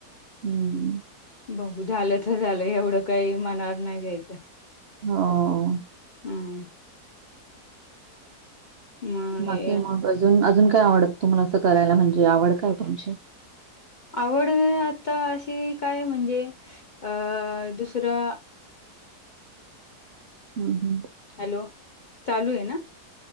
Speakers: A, on the right; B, on the left.
A: हम्म
B: बघू, झालं तर झालं, एवढं काही मनावर नाही घ्यायचं.
A: हं
B: हम्म. मग हे
A: बाकी मग अजून, अजून काय आवडत तुम्हाला असं करायला, म्हणजे आवड कायाय तुमची?
B: आवड आता अशी काय म्हणजे अं दुसरं
A: हम् हम्
B: हॅलो, चालूये ना?